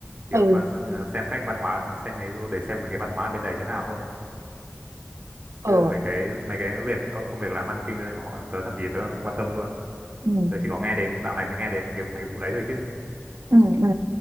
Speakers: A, on the right; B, on the right.
A: chỉ
B: ừ
A: có quan sang- xem cách văn hóa xem mấy video để xem mấy cái văn hóa bên đấy thế nào thôi
B: ừ
A: chứ mấy cái mấy cái việc công công việc làm ăn kinh doanh của họ tớ thậm chí tớ không quan tâm luôn
B: ừ
A: tớ chỉ có nghe đến dạo này mới nghe đến cái mấy cái vụ đấy thôi chứ
B: ừ ừ ừ.